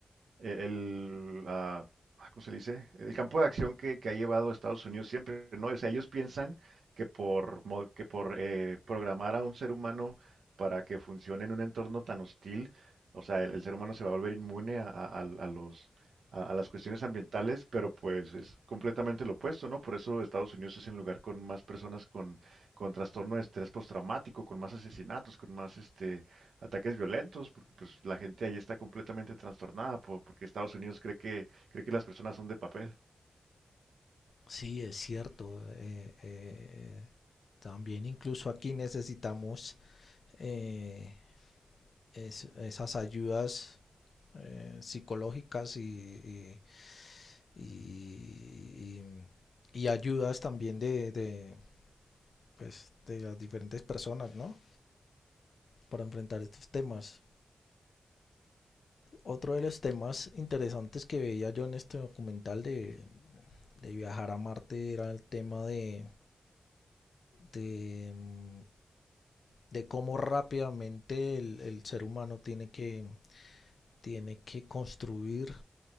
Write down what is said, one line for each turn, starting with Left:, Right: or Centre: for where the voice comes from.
Right: el, el, ah, ah, ¿cómo se le dice? El campo de acción que, que ha llevado Estados Unidos siempre, ¿no? O sea, ellos piensan que por, mo- que por eh, programar a un ser humano para que funcione en un entorno tan hostil, o sea, el, el ser humano se va a volver inmune a, a- a- a los, a, a las cuestiones ambientales, pero pues es completamente lo opuesto, ¿no? Por eso Estados Unidos es el lugar con más personas con, con trastorno de estrés postraumático, con más asesinatos, con más este, ataques violentos, porque pues la gente ahí está completamente trastornada po- porque Estados Unidos cree que cree que las personas son de papel.
Left: Sí, es cierto. eh, eh, también incluso aquí necesitamos eh, es- esas ayudas eh, psicológicas y, y- y- y- ayudas también de, de, pues, de las diferentes personas, ¿no? Para enfrentar estos temas. Otro de los temas interesantes que veía yo en este documental de, de viajar a Marte era el tema de, de, mm, de cómo rápidamente el, el ser humano tiene que, tiene que construir